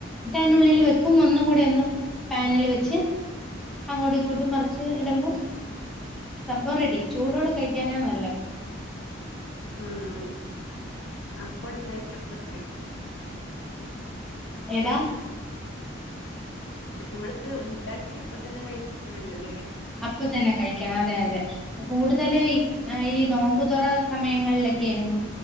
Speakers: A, in the centre; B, on the left (about 75°).
A: അതിനുള്ളിൽ
B: ഉം.
A: വെക്കും. ഒന്നു കൂടെ ഒന്ന് പാനില് വെച്ച്. അങ്ങോട്ടും, ഇങ്ങോട്ടും മറിച്ച് ഇടുമ്പോ സംഭവം റെഡി. ചൂടോടെ കഴിക്കാനാ നല്ലത്.
B: ആഹ് അപ്പൾ <unintelligible>
A: ഏതാ
B: നമ്മള് ഉണ്ടാക്കി അപ്പ തന്നെ കഴിക്ക നല്ലത് ലെ.
A: അപ്പൊ തന്നെ കഴിക്കണം. അതെ, അതെ കൂടുതല് ഈ, ഈ നോമ്പുതുറ സമയ ങ്ങളിലൊക്കെ ആയിരുന്നു.